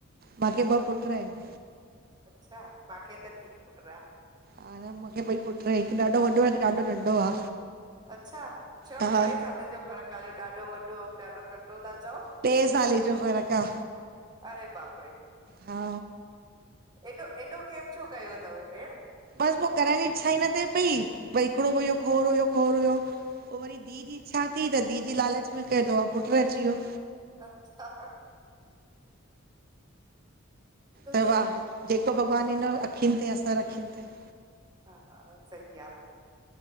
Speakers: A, on the right; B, on the right.
A: मांखे ॿ पुट आहिनि।
B: अच्छा मांखे त धी पुटु आ।
A: ह न मांखे ॿई पुटु हिकु ॾाढो वॾो आ, हिकु ॾाढो नंढो आ।
B: अच्छा छो
A: हा
B: घणे साल जो फ़र्क़ु आ जो ॾाढो वॾो ऐं ॾाढो नंढो ता चओ?
A: टे साले जो फ़र्क़ु आ।
B: अरे बाप रे!
A: हा।
B: एॾो एॾो गेप छो कयो तवे भेण।
A: बस पो करण जी इच्छा ई न थिए पई, भई हिकिड़ो हो खोर हुयो खोर हुयो पो वरी धी धी जी ईछा थी त धी जी लालच में कयो त पुटु अची वियो।
B: अच्छा।
A: त
B: सही
A: वाह
B: आ
A: जेको भॻवानु ॾिनो अखियुनि ते सर अखयुंनि ते।
B: हा हा सही आ